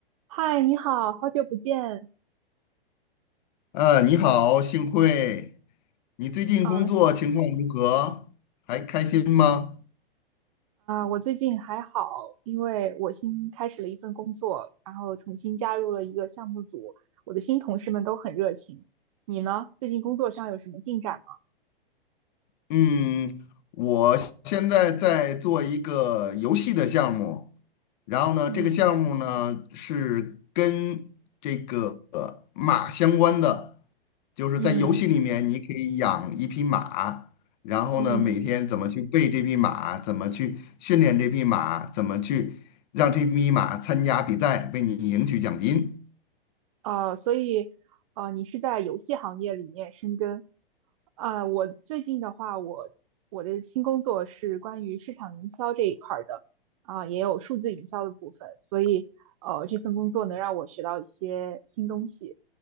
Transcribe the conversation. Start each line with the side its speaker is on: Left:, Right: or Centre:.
Right: 嗨，你好，好久不见。
Left: 呃，你好，幸会。你最近工作情况如何？
Right: 嗯、啊，
Left: 还开心吗？
Right: 我最近还好，因为我新开始了一份工作，然后重新加入了一个项目组，我的新同事们都很热情。你呢？最近工作上有什么进展吗？
Left: 嗯，我现在在做一个游戏的项目，然后呢，
Right: 嗯
Left: 这个项目呢是跟这个呃马相关的，就是在游戏里面你可以养一匹马，
Right: 嗯
Left: 然后呢，
Right: 嗯，
Left: 每天怎么去喂这匹马，怎么去训练这匹马，怎么去让这匹马参加比赛，为你赢取奖金。
Right: 呃，所以呃，你是在游戏行业里面深耕，啊，我最近的话，我我的新工作是关于市场营销这一块儿的，啊、也有数字营销的部分，所以呃，这份工作能让我学到一些新东西。